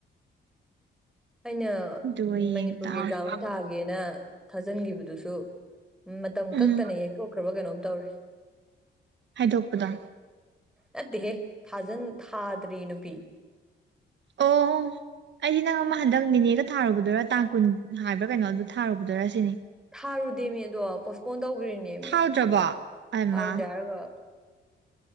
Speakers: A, in the centre; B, on the right.
A: ꯑꯩꯅ
B: ꯑꯗꯨꯒ ꯌꯦꯡ
A: ꯃꯅꯤꯄꯨꯔꯒꯤ
B: ꯇꯥꯔꯦ
A: ꯒ꯭ꯔꯥꯎꯟ ꯊꯥꯒꯦꯅ ꯊꯥꯖ ꯊꯥꯖꯤꯟꯈꯤꯕꯗꯨꯁꯨ ꯃꯇꯝ
B: ꯎꯝ
A: ꯀꯛꯇꯅ ꯌꯩꯊꯣꯛꯈ꯭ꯔꯕ ꯀꯩꯅꯣꯝ ꯇꯧꯔꯦ
B: ꯍꯥꯏꯗꯣꯛꯄꯗꯣ
A: ꯅꯠꯇꯦꯍꯦ ꯊꯥꯖꯟ ꯊꯥꯗ꯭ꯔꯤ ꯅꯨꯄꯤ
B: ꯑꯣ ꯑꯩꯗꯤ ꯅꯪ ꯑꯃ ꯍꯟꯗꯛ ꯅꯤꯅꯦꯒ ꯊꯥꯔꯨꯕꯗꯨꯔꯥ ꯇꯥꯡ ꯀꯨꯟ ꯍꯥꯏꯕ꯭ꯔꯥ ꯀꯩꯅꯣ ꯑꯗꯨ ꯊꯥꯔꯨꯕꯗꯨꯔꯥ ꯁꯤꯅꯤ
A: ꯊꯥꯔꯨꯗꯦꯃꯤ ꯑꯗꯣ ꯄꯣꯁꯄꯣꯟ ꯇꯧꯈ꯭ꯔꯤꯅꯦ
B: ꯊꯥꯎꯗ꯭ꯔꯕꯣ
A: ꯃꯤ
B: ꯑꯥꯏꯃꯥ
A: ꯊꯥꯔꯨꯗꯦ ꯍꯥꯏꯔꯒ